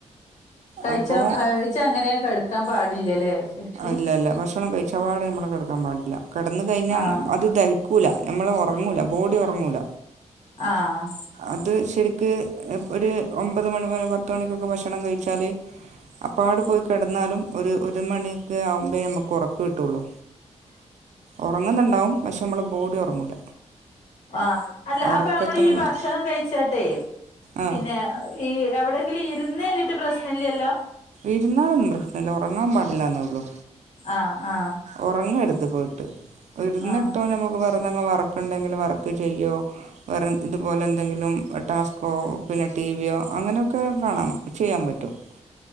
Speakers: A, on the left (about 75°); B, on the right (about 70°).
A: കഴിച്ച
B: അപ്പൊ
A: കഴിച്ച അങ്ങനെ കെടക്കാൻ പാടില്ലല്ലേ ശരിക്ക്
B: ഇല്ലല്ല ഭക്ഷണം കഴിച്ച പാടെ മ്മള് കെടക്കാപാടില്ല കെടന്ന് കഴിഞ്ഞാഅത്
A: ആ
B: ദഹിക്കൂല ഞമ്മള് ഒറങ്ങൂല ബോഡി ഒറങ്ങൂല
A: ആഹ്
B: അത് ശെരിക്ക് ഒര് ഒമ്പത് മണിപൊ പത്ത് മണിക്കൊക്കെ ഭക്ഷണം കഴിച്ചാല് അപ്പാട് പോയി കെടന്നാലും ഒര് ഒര് മണ്യോക്കെ ആവുമ്പേ ഞമ്മക്ക് ഒറക്ക് കിട്ടൊള്ളു. ഉറങ്ങുന്നുണ്ടാവും പക്ഷെ നമ്മള ബോഡി ഉറങ്ങൂല
A: ആ അല്ല
B: ഉറക്കത്തിന്
A: അപ്പൊ നമ്മൾ ഈ
B: ബുദ്ധി
A: ഭക്ഷണം കഴിച്ചട്ടെ
B: ആ
A: പിന്നെ ഈ എവിടെയെങ്കിലും ഇരുന്നിട്ട് പ്രശ്നം ഇല്ലല്ലോ
B: ഇരുന്നാലൊന്നും പ്രശ്നം ഇല്ല ഉറങ്ങാൻ പാടില്ലാന്നേ ഉള്ളൂ
A: ആഹ് ആഹ്
B: ഉറങ്ങരുത് പോയിട്ട് ഇരുന്നിട്ടോ
A: ആ
B: നമുക്ക് വെറ്തെങ്കി വർക്ക ക്ക ഉണ്ടെങ്കിൽ വർക്ക് ചെയ്യോ വേറെ ഇതുപോലെ എന്തെങ്കിലും ടാസ്ക്കോ പിന്നെ ടിവിയോ അങ്ങനെയൊക്കെ കാണാ ചെയ്യാൻ പറ്റും ആ